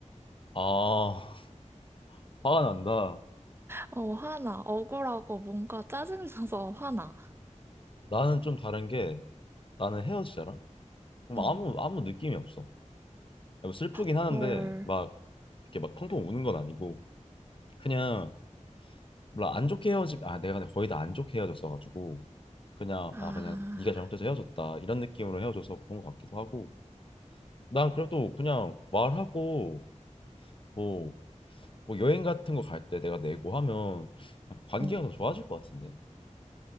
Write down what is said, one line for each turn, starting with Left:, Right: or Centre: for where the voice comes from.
Left: 아, <laughs> 화가 난다.
Right: 어, 화나. 억울하고 뭔가 짜증나서 화나.
Left: 나는 좀 다른 게 나는 헤어지잖아. 그럼
Right: 응.
Left: 아무 아무 느낌이 없어. 뭐 슬프긴
Right: 헐.
Left: 하는데 막 이렇게 막 펑펑 우는 건 아니고 그냥 몰라 안 좋게 헤어지 아 내가 근데 거의 다 안 좋게 헤어졌어가지고 그냥
Right: 아.
Left: 아 그냥 네가 잘못해서 헤어졌다 이런 느낌으로 헤어져서 그런 것 같기도 하고 난 그래도 그냥 말하고 뭐, 뭐 여행 같은 거 갈 때 내가 내고 하면 아, 관계가
Right: 응.
Left: 더 좋아질 것 같은데